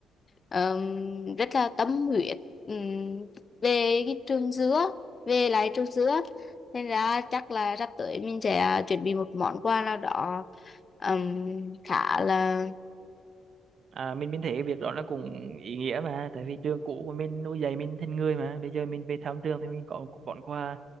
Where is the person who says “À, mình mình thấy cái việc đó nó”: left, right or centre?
Right